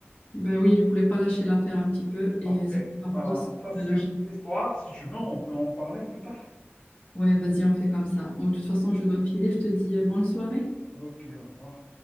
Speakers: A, on the left; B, on the left.
A: Ben oui, ils ne voulaient pas lâcher l'affaire un petit peu et
B: Après,
A: c'était par
B: voilà,
A: force qu'on
B: ça c'est
A: a lâché.
B: notre histoire. Si tu veux, on peut en parler plus tard.
A: Ouais, vas-y, on fait comme ça. Moi, de toute façon, je dois filer. Je te dis euh, bonne soirée.
B: Ok, au revoir.